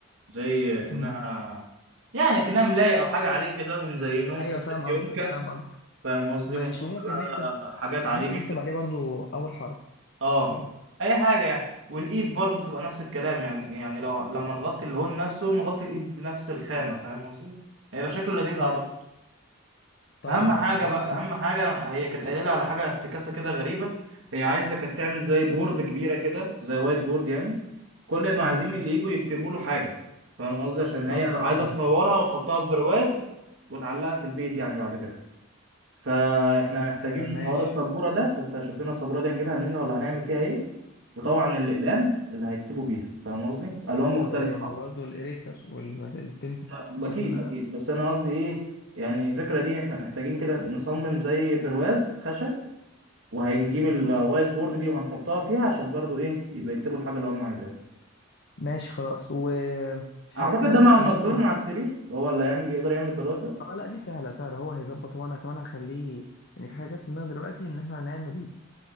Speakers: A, on the right (about 65°); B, on the left (about 55°).
A: زي كأنها
B: امم
A: يعني كأنها ملاية أو حاجة عليه كده ونزينه
B: ايوه
A: ونحط
B: فاهم
A: في
B: قصدك
A: يونكة
B: فاهم قصدك
A: فاهم قصدي
B: ماشي
A: ونحط
B: وممكن نكتب
A: بقى حاجات
B: وممكن
A: عليه نكتب
B: نكتب عليه برضو اول حرف
A: اه
B: برضو
A: أي حاجة يعني والإيد برضو تبقى نفس الكلام يعني يعني لو لما نغطي الهون نفسه نغطي الإيد بنفس الخامة فاهم قصدي هيبقى شكله لذيذ
B: طيب
A: أعتقد
B: طيب
A: اهم
B: ماشي
A: حاجه
B: خلاص
A: بقى اهم حاجه هي كانت قايله لي على حاجه افتكاسه كده غريبه هي عايزه كانت تعمل زي بورد كبيره كده زي وايت بورد يعني كل المعازيم
B: امم
A: اللي يجوا يكتبوا له حاجه فاهم قصدي عشان
B: اه
A: هي عايزه تصورها وتحطها في برواز وتعلقها في البيت يعني بعد كده فاحنا محتاجين
B: آه، ماشي
A: حوار السبوره ده فانت شوف لنا السبوره دي هنجيبها منين ولا هنعمل فيها ايه وطبعا الاقلام اللي هيكتبوا بيها فاهم قصدي الوان مختلفه
B: و-
A: طبعا
B: وبرضو الاريسر والتمسح
A: ما-
B: عشان
A: اكيد اكيد بس انا قصدي ايه يعني الفكره دي احنا محتاجين كده نصمم زي برواز خشب وهنجيب الوايت
B: مم.
A: بورد دي وهنحطها فيها عشان برضو ايه يبقى يكتبوا الحاجه اللي هم عايزينها
B: ماشي خلاص وفي
A: اعتقد
B: حاجة كمان
A: ده مع
B: جت في
A: النجار
B: دماغي دلوقتي
A: مع السرير هو اللي هيعمل يقدر يعمل البرواز ده
B: اه لا دي سهلة سهلة هو هيظبط وانا كمان هخليه يعني في حاجة جت في دماغي دلوقتي ان احنا هنعمل